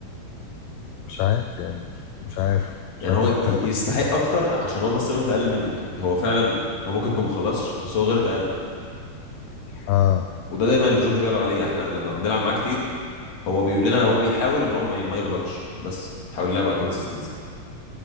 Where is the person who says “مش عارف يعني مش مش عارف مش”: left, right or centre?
Left